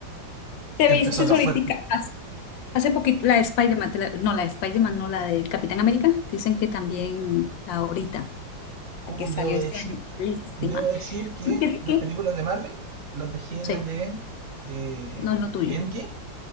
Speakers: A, on the right; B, on the left.
A: <laughs>
B: ¿Te
A: empezó
B: viste
A: lo
B: ahorita?
A: fuerte.
B: Hace hace poquito la de Spider-Man, te la- no, la de Spider-Man, no, la del Capitán América. Dicen que también ahorita,
A: Uy,
B: la que salió
A: debo
B: este
A: decir,
B: año, buenísima.
A: debo decir que
B: Porque es
A: las
B: que,
A: películas de Marvel las dejé
B: sí,
A: desde eh,
B: no es lo tuyo.
A: Endgame,